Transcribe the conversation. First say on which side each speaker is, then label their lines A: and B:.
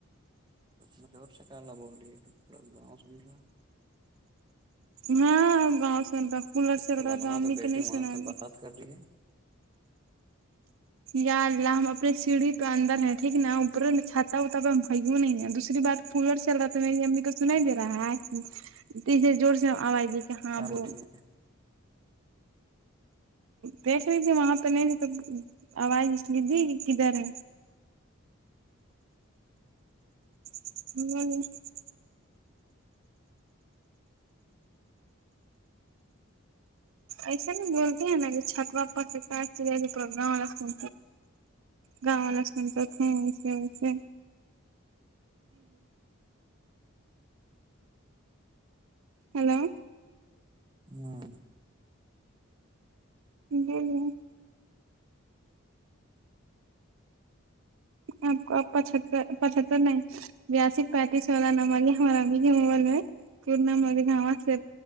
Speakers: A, on the right (about 20°); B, on the right (about 70°).
A: مھےور ش کاالا بولیے تھڑا گاؤ سمن رہا
B: ہاں گاؤں سن رہا کولر
A: کہ
B: چل
A: فلانما
B: رہا تھا امی
A: کا بیٹے
B: کے نہیں
A: وہاں
B: سناال
A: سے بات کر رہی ہے
B: یا اللہ ہم اپنی سیڑھی پہ اندر ہیں ٹھیک نا اوپروں چھاتا وھا پہ بھوں نہیں ہے دوسری بات فولور شروا تو میری امی کو سنا ہی دے رہا ہے تے زور سے آواز جہاں
A: کیا بول
B: بو
A: رہی
B: دیکھ لی تھی وہاں تو نہیں تھی تو آواز اس لی تھی کدھر ہے ہ ایسا نہیں بولتے ہیں نا کہ چھٹ پاپا سے کا چ گاؤں والا سن گاؤال سنتا ہیں وسے وسے ہیلو
A: ہاں
B: جول آپ کو پچہتر پچتر نہیں بیاسی پینتیس سولہ نمبر ہے ہمارا ن مغل میں پورنا مر گاں سب